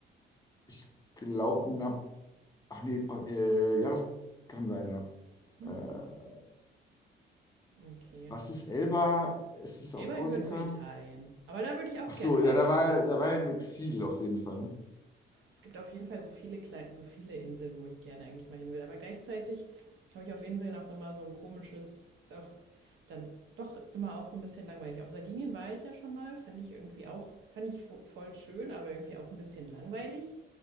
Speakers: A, on the left; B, on the right.
A: ich glaube, na, ach nee, oh, äh, ja, das kann sein, ja.
B: Hm,
A: Äh,
B: okay.
A: was ist Elba? Ist es
B: Elba
A: auf Korsika?
B: gehört zu Italien. Aber da würde ich auch
A: Ach
B: gerne
A: so,
B: mal
A: ja, da
B: hin.
A: war er, da war er im Exil auf jeden Fall. ne?
B: Es gibt auf jeden Fall so viele, Kle so viele Inseln, wo ich gerne eigentlich mal hin will. Aber gleichzeitig habe ich auf Inseln auch immer so ein komisches, ist auch dann doch immer auch so ein bisschen langweilig. Auf Sardinien war ich ja schon mal, fand ich irgendwie auch, fand ich vo- voll schön, aber irgendwie auch ein bisschen langweilig,